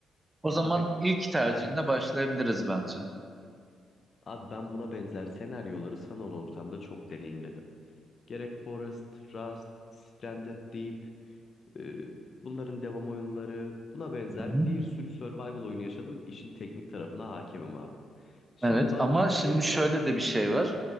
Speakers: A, on the right; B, on the left.
A: O zaman
B: Abi
A: ilk tercihinde
B: ben
A: başlayabiliriz bence.
B: abi ben buna benzer senaryoları sanal ortamda çok deneyimledim. Gerek Forest, Rust, Stranded Deep Ee, bunların devam oyunları buna benzer
A: Hı hı.
B: bir sürü survival oyunu yaşadım. İşin teknik tarafına hakemim abi. Şimdi
A: Evet
B: bana
A: ama şimdi
B: gereken
A: şöyle de bir şey var.